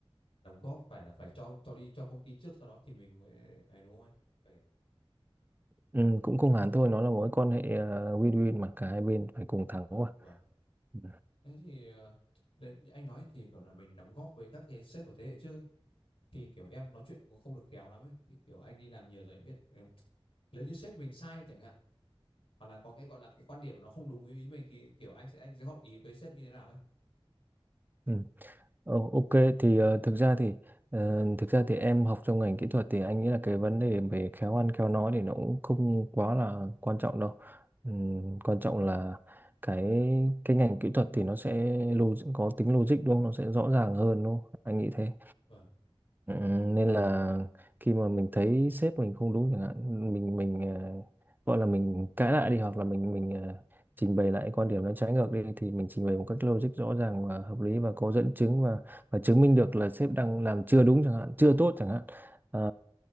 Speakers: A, on the left; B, on the right.
A: đóng góp phải là phải cho cho đi cho công ty trước sau đó thì mình mới ấy, đúng không anh phải
B: ừ, cũng không
A: Ừ.
B: hẳn thôi nó là mối quan hệ à, win-win mà cả hai bên phải cùng thắng
A: à,
B: mà
A: vâng
B: ừ.
A: thế thì ờ, đấy, anh nói thì gọi là mình đóng góp với các cái sếp ở thế hệ trước ấy. thì kiểu em nói chuyện cũng không được khéo lắm ấy thì kiểu anh đi làm nhiều rồi anh biết ừ. nếu như sếp mình sai chẳng hạn hoặc là có cái gọi là cái quan điểm mà nó không đúng ý mình thì kiểu anh sẽ anh sẽ góp ý với sếp như thế nào ấy
B: Ừ. Ờ, ok thì ờ, thực ra thì ờ, thực ra thì em học trong ngành kỹ thuật thì anh nghĩ là cái vấn đề về khéo ăn khéo nói thì nó cũng không quá là quan trọng đâu. Ừm, quan trọng là cái cái ngành kỹ thuật thì nó sẽ log- có tính logic đúng không? Nó sẽ rõ ràng hơn đúng không? Anh nghĩ thế.
A: vâng
B: Ừ, nên là khi mà mình thấy sếp mình không đúng chẳng hạn mình mình ờ, gọi là mình cãi lại đi hoặc là mình mình ờ, trình bày lại quan điểm nó trái ngược đi thì mình trình bày một cách logic rõ ràng và hợp lý và có dẫn chứng và và chứng minh được là sếp đang làm chưa đúng chẳng hạn chưa tốt chẳng hạn Ờ,